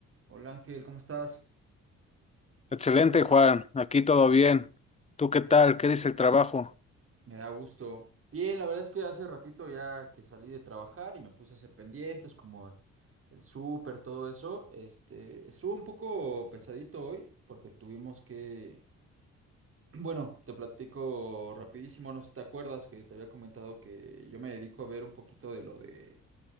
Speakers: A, on the right (about 45°); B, on the left (about 20°).
A: Hola Ángel, ¿cómo estás?
B: Excelente, Juan. Aquí todo bien. ¿Tú qué tal? ¿Qué dice el trabajo?
A: Me da gusto. Bien, la verdad es que hace ratito ya que salí de trabajar y me puse a hacer pendientes como el súper, todo eso. Este, estuvo un poco pesadito hoy porque tuvimos que, <clears throat> bueno, te platico rapidísimo, no sé si te acuerdas que te había comentado que yo me dedico a ver un poquito de lo de